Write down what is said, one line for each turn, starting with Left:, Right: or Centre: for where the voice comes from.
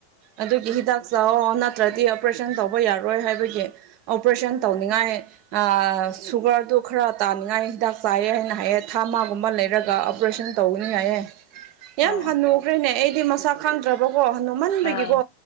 Right: ꯑꯗꯨꯒꯤ ꯍꯤꯗꯥꯛ ꯆꯥꯑꯣ ꯅꯠꯇ꯭ꯔꯗꯤ ꯑꯣꯄꯔꯦꯁꯟ ꯇꯧꯕ ꯌꯥꯔꯣꯏ ꯍꯥꯏꯕꯒꯤ ꯑꯣꯄꯔꯦꯁꯟ ꯇꯧꯅꯤꯡꯉꯥꯏ ꯑꯥ ꯁꯨꯒꯔꯗꯨ ꯈꯔ ꯇꯥꯅꯤꯡꯉꯥꯏ ꯍꯤꯗꯥꯛ ꯆꯥꯏꯌꯦ ꯍꯥꯏ ꯅꯍꯥꯏꯌꯦ ꯊꯥ ꯃꯥꯒꯨꯝꯕ ꯂꯩꯔꯒ ꯑꯣꯄꯔꯦꯁꯟ ꯇꯧꯒꯅꯤ ꯍꯥꯏꯌꯦ ꯌꯥꯝ
Left: ꯎꯝ ꯑꯥ
Right: ꯍꯅꯨꯈ꯭ꯔꯦꯅꯦ ꯑꯩꯗꯤ ꯃꯁꯛ ꯈꯪꯗ꯭ꯔꯕꯀꯣ ꯍꯅꯨ ꯃꯟꯕꯒꯤꯀꯣ
Left: ꯑꯥ